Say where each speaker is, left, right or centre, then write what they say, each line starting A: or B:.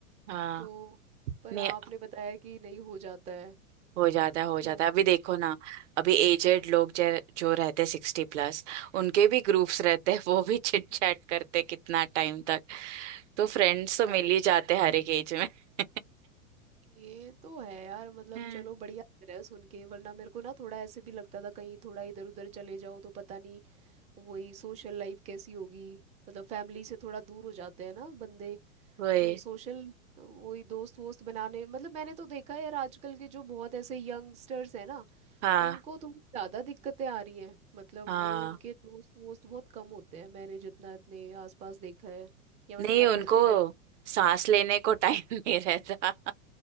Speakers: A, on the right (about 55°); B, on the right (about 15°).
A: हाँ
B: तो पर
A: नहीं
B: आपने बताया कि नहीं हो जाता है
A: हो जाता है हो
B: तो
A: जाता है अभी देखो ना अभी एजेड लोग जो जो रहते हैं सिक्सटी प्लस उनके भी ग्रुप्स रहते हैं वो भी चिट चैट करते हैं कितना टाइम तक तो फ्रेंड्स तो
B: यार,
A: मिल ही जाते हैं हर एक एज में <laughs>
B: ये तो है यार मतलब
A: हम्म,
B: चलो बढ़िया लग रहा है सुन के वरना मेरे को ना थोड़ा ऐसे भी लगता था कहीं थोड़ा इधर उधर चले जाओ तो पता नहीं वही सोशल लाइफ कैसी होगी मतलब फैमिली से थोड़ा दूर हो जाते हैं ना बंदे
A: वही
B: तो सोशल वही दोस्त वोस्त बनाने मतलब मैंने तो देखा है यार आजकल के जो बहुत ऐसे यंगस्टर्स हैं ना
A: हाँ
B: उनको थोड़ी ज़्यादा दिक्कतें आ रही हैं मतलब
A: हाँ
B: वो उनके दोस्त वोस्त बहुत कम होते हैं मैंने जितना अपने आसपास देखा है या मैं
A: नहीं
B: थोड़ा
A: उनको
B: पढ़ते रहती
A: सांस लेने को टाइम <laughs> नहीं रहता